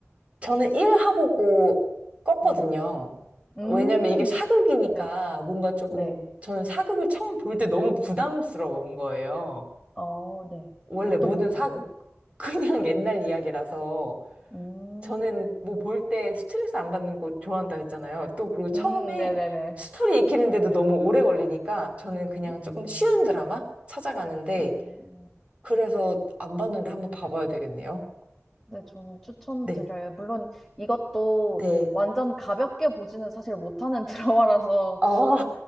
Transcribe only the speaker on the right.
저는 1화보고 껐거든요.
왜냐면 이게 사극이니까
뭔가 조금
저는 사극을 처음 볼 때 너무 부담스러운 거예요.
원래
모든
사극 그냥
<laughs> 옛날 이야기라서
저는 뭐 볼 때 스트레스 안 받는 거 좋아한다 했잖아요. 또 그리고 처음에
스토리 익히는데도 너무 오래 걸리니까 저는 그냥
조금 쉬운 드라마 찾아가는데
그래서 안 봤는데 한번 봐봐야 되겠네요.
네.
네.
어,